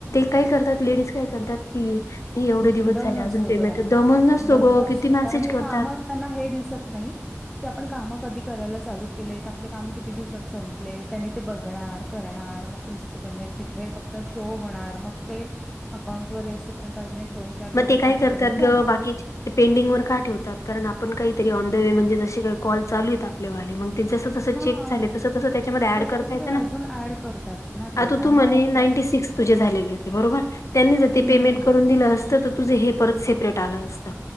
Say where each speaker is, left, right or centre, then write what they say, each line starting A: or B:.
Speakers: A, on the left; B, in the centre.
A: काही करतात लेडीज काय करतात कि नाही एवढे दिवस
B: दम
A: झाले
B: नसतो
A: अजून पेमेंटच
B: ग त्यांना
A: दमच नसतो
B: दम
A: ग
B: नसतो
A: किती मेसेज
B: कारण ते
A: करतात
B: काम त्यांना हे दिसत नाही की आपण काम कधी करायला चालू केलेत आपले काम किती दिवसात संपले त्यांनी ते बघणार करणार मग तुमचं ते पेमेंट तिथं एक फक्त शो होणार मग ते अकाउंट वर येऊस तोपर्यंत अजून एक दोन चार दिवस
A: मग ते काय
B: सात
A: करत्यात
B: आठ दिवस जाणार.
A: ग बाकीची ते पेंडिंग वर का ठेवतात कारण आपण काहीतरी ऑन द वे म्हणजे जसे काही कॉल चालू आहेत आपले वाले मग ते जसं जसं
B: हा.
A: चेक झाले तसं तसं त्याच्यामध्ये ऍड
B: तसं
A: करता
B: तसं
A: येत
B: ते
A: ना
B: अजून ऍड करतात ना ते
A: आता
B: त्यामुळं
A: तू म्हणे
B: आपल्याला
A: नाइंटी सिक्स तुझे झालेले होते बरोबर त्यांनी जर ते
B: हम्म
A: पेमेंट करून दिलं असतं तर तुझं हे परत सेपरेट आलं असतं.